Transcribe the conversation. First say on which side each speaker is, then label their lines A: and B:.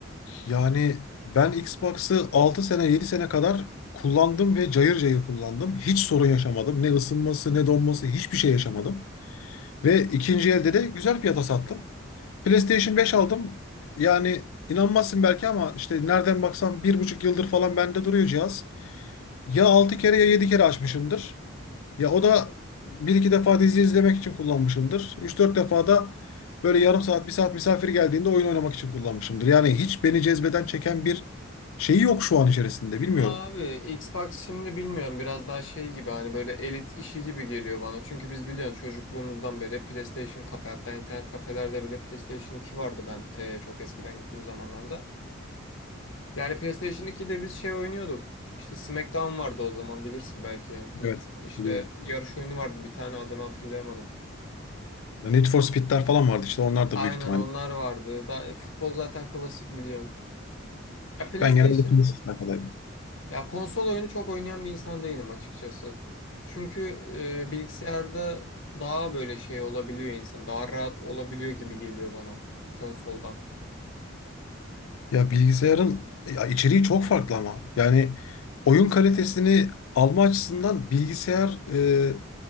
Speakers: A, on the left; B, on the left.
A: Yani ben Xbox'ı 6 sene 7 sene kadar kullandım ve cayır cayır kullandım. Hiç sorun yaşamadım. Ne ısınması ne donması hiçbir şey yaşamadım. Ve ikinci elde de güzel fiyata sattım. PlayStation 5 aldım. Yani inanmazsın belki ama işte nereden baksam bir buçuk yıldır falan bende duruyor cihaz. Ya 6 kere ya 7 kere açmışımdır. Ya o da bir iki defa dizi izlemek için kullanmışımdır. Üç dört defa da böyle yarım saat, bir saat misafir geldiğinde oyun oynamak için kullanmışımdır. Yani hiç beni cezbeden çeken bir şeyi yok şu an içerisinde. Bilmiyorum.
B: Abi Xbox şimdi bilmiyorum biraz daha şey gibi hani böyle elit işi gibi geliyor bana. Çünkü biz biliyorsun çocukluğumuzdan beri PlayStation kafe hatta internet kafelerde bile PlayStation 2 vardı ben te çok eskiden gittiğim zamanlarda. Yani PlayStation 2'de biz şey oynuyorduk. İşte SmackDown vardı o zaman bilirsin belki. Need
A: Evet,
B: for- işte
A: biliyorum.
B: yarış oyunu vardı bir tane adını hatırlayamadım.
A: Need for Speed'ler falan vardı işte onlar
B: Aynen
A: da büyük ihtimal.
B: onlar vardı. Daha, e, futbol zaten klasik biliyorsun. Ya PlayStation
A: Ben genelde PlayStation sayfadaydım.
B: Ya konsol oyunu çok oynayan bir insan değilim açıkçası. Çünkü e, bilgisayarda daha böyle şey olabiliyor insan. Daha rahat olabiliyor gibi geliyor bana konsoldan.
A: Ya bilgisayarın ya içeriği çok farklı ama. Yani oyun kalitesini alma açısından bilgisayar e,